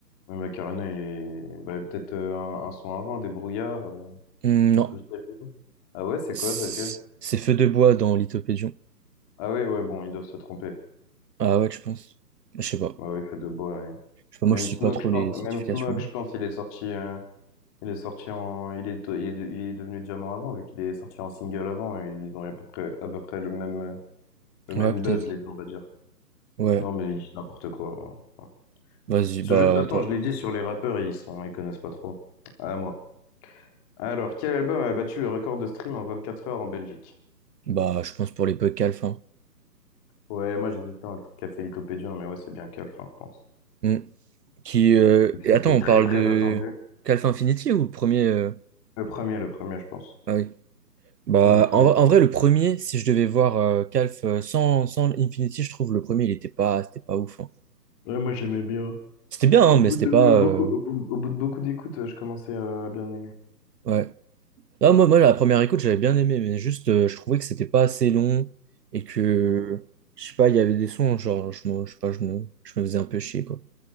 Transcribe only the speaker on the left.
mais Macarena, il est bah, peut-être euh, un, un son avant, des brouillards euh,
Bruxelles Ville. Ah ouais, c'est
quoi, c'est lequel?
Ah ouais, ouais, bon, ils doivent se tromper.
Bah ouais, il fait de beaux. ouais.
Même
Smog,
je pense,
même
Smog, je pense, il est sorti, euh, il est sorti en, il est, il est, de- il est devenu diamant avant, vu qu'il est sorti en single avant, et ils ont à peu près, à peu près le même, euh, le même
buzz, les deux, on va dire.
Non, mais ils disent n'importe quoi. hein.
Ce
jeu, de toute façon,
je l'ai dit sur les rappeurs, ils sont, ils connaissent pas trop. Ah, moi. Alors, quel album a battu le record de stream en 24 heures en Belgique?
Ouais, moi j'hésitais entre Café Lithopédium, mais ouais, c'est bien Calf, Enfin, je pense.
Et puis,
C'était
très
très
attendu.
Le premier, le premier, je pense.
Le premier.
Euh,
Ouais, moi j'aimais bien.
Au
bout
de
beaucoup,
au bout, au bout de beaucoup d'écoutes, euh, je commençais euh, à bien aimer.
Ouais.